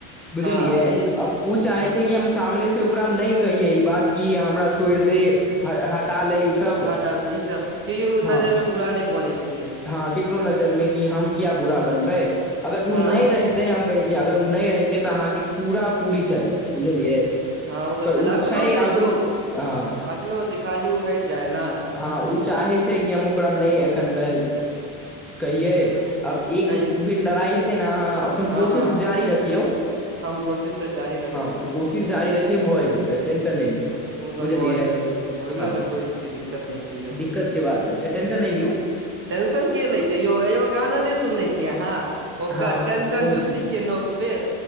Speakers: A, in the centre; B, on the right.
A: बुझलियै
B: हँ की
A: अब उ चाहे
B: हँ
A: छै कि हम सामने से ओकरा नहि कहियै ई बात कि हमरा छोड़ि दे हटा ले ई सब
B: तब ईह सब केयो
A: हँ
B: नजर मे बुरा नहि बनै नै के छै
A: हँ केकरो नजर मे कि हम किया बुरा बनबै अगर
B: हँ
A: उ नहि रहितै हम कहे जे अगर ओ नहि रहिते तऽ अहाँके पूरा पूरी छलै बुझलियै
B: हँ ओ तऽ
A: पर
B: छल एखनो छै
A: आब
B: यौ
A: ओ हँ
B: एखनो छै खाली ओ हटि जाय ने
A: हँ ओ चाहै छै कि हम ओकरा नहि एखन कह कहियै
B: ह
A: आब इ
B: कहिय
A: दू फिर लड़ाइ हे तेना अहाँ अपन
B: हँ
A: कोशिश
B: हँ
A: जारी रखियौ
B: हम कोशिश तऽ जारी रखबै
A: हँ
B: यौ
A: कोशिश जारी रखियो भऽ जेतै टेंशन नहि लियौ
B: ओ तऽ ओ तऽ
A: बुझलियै
B: भऽ जेतै यौ ओहिमे
A: हँ
B: तऽ कोइ दिक्कत नहि छै यौ
A: दिक्कत के नहि छै टेशन नहि लिय
B: टेंशन के लै छै यौ एगो गाना नहि सुनने छीयै अहाँ ओकर
A: हँ
B: टेंशन
A: कोन
B: जुती के नोक पे